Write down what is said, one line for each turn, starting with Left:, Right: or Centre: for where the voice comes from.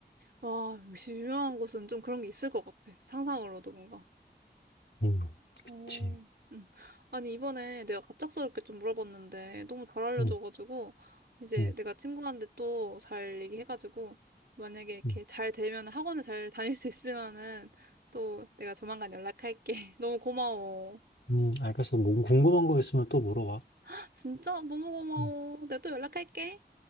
Right: 와, 역시 유명한 곳은 좀 그런 게 있을 것 같아. 상상으로도 뭔가.
Left: 음,
Right: 오,
Left: 그치.
Right: 음. 아니, 이번에 내가 갑작스럽게 좀 물어봤는데, 너무 잘 알려줘가지고,
Left: 음,
Right: 이제
Left: 음,
Right: 내가 친구한테 또 잘 얘기해가지고, 만약에 이렇게
Left: 음.
Right: 잘 되면 학원을 잘 <laughs> 다닐 수 있으면은, 또 내가 조만간 연락할게. <laughs> 너무 고마워.
Left: 음, 알겠어. 뭐 궁금한 거 있으면 또 물어봐.
Right: <laughs> 진짜 너무 고마워.
Left: 음.
Right: 내가 또 연락할게.